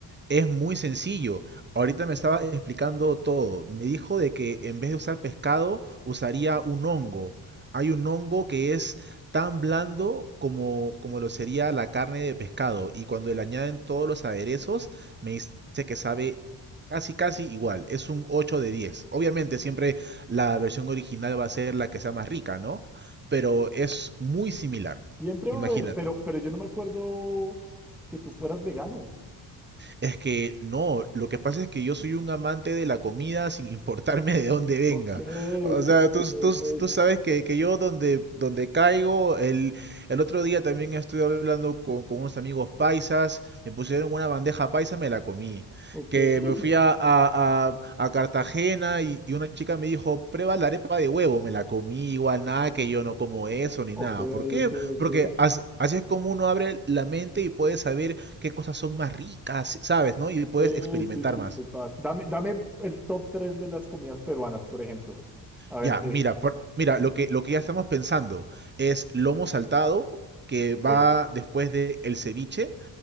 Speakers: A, on the right; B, in the centre.
A: Es muy sencillo. Ahorita me estaba explicando todo. Me dijo de que en vez de usar pescado, usaría un hongo. Hay un hongo que es tan blando como, como lo sería la carne de pescado. Y cuando le añaden todos los aderezos, me dice que sabe casi, casi igual. Es un 8 de 10. Obviamente, siempre la versión original va a ser la que sea más rica, ¿no? Pero es muy similar.
B: Siempre va
A: Imagínate.
B: a haber, pero, pero yo no me acuerdo que tú fueras vegano.
A: Es que no, lo que pasa es que yo soy un amante de la comida sin <laughs> importarme de dónde venga.
B: Ok,
A: O
B: ok,
A: sea, tú,
B: ok,
A: tú,
B: ok,
A: tú sabes que, que yo donde, donde caigo, el, el otro día también estuve hablando con, con unos amigos paisas, me pusieron una bandeja paisa, me la comí.
B: ok,
A: Que
B: <laughs>
A: me fui a, a- a- a Cartagena y, y una chica me dijo, prueba la arepa de huevo, me la comí igual, nada que yo no como eso ni nada.
B: ok,
A: ¿Por qué?
B: ok, ok.
A: Porque as- así es como uno abre la mente y puede saber qué cosas son más ricas, ¿sabes? ¿No? Y puedes
B: Sí,
A: experimentar
B: sí, sí,
A: más.
B: total. Dame, dame el top 3 de las comidas peruanas, por ejemplo. A ver
A: Ya,
B: qué.
A: mira, por- mira, lo que, lo que ya estamos pensando es lomo saltado, que
B: Ok,
A: va después de el ceviche,